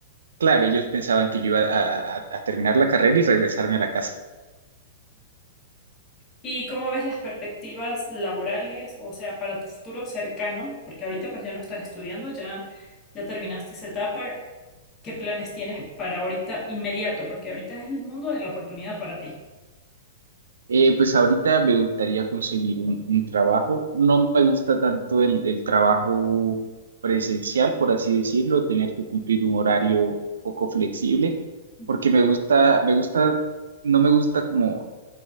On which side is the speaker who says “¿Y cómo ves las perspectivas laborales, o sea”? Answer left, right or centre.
Left